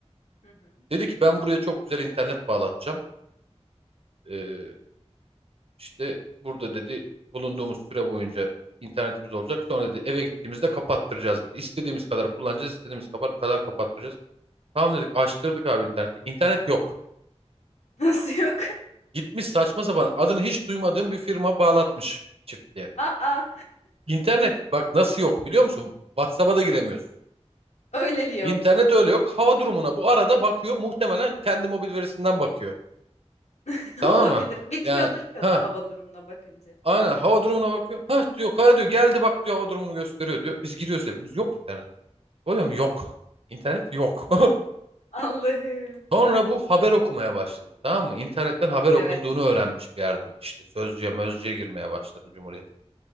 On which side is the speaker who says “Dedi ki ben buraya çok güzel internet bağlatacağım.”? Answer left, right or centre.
Right